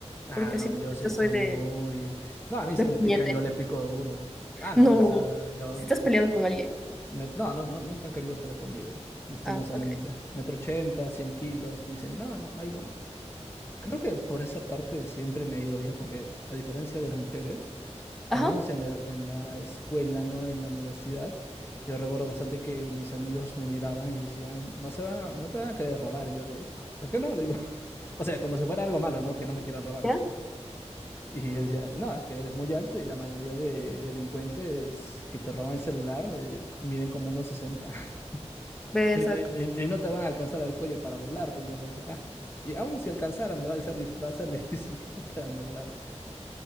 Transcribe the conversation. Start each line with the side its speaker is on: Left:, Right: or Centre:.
Left: Ah,
Centre: Porque
Left: no,
Centre: simplemente
Left: yo sí
Centre: soy
Left: soy
Centre: de,
Left: muy... No, a mí
Centre: de
Left: si me
Centre: puñete.
Left: pican, yo le pico duro.
Centre: <laughs>
Left: Ah, no,
Centre: No,
Left: o sea, yo...
Centre: si te has peleado
Left: mm,
Centre: con alguien.
Left: me- No, no, no, nunca han querido pelear conmigo, lastimosamente.
Centre: Ah, ok.
Left: Metro ochenta, 100 kilos, dicen, no, no, ahí nomás. Creo que por esa parte siempre me ha ido bien, porque a diferencia de las mujeres,
Centre: Ajá.
Left: al menos en la, en la escuela, ¿no? En la universidad, yo recuerdo bastante que mis amigos me miraban y decían, no se van a- no te van a querer robar. Y yo de, ¿por qué no? Le digo, <laughs> o sea, como si fuera algo malo, ¿no? Que no me quieran robar.
Centre: ¿Ya?
Left: <laughs> Y yo decía, no, es que eres muy alto y la mayoría de delincuentes que te roban el celular eh, miden como unos 60 <laughs>
Centre: Ves,
Left: y, y- y no te van a alcanzar al cuello para doblarte. Entonces dice, ah, y aún si alcanzaran, ¿no? va a ser, dif- va a ser <laughs> difícil que te puedan doblar.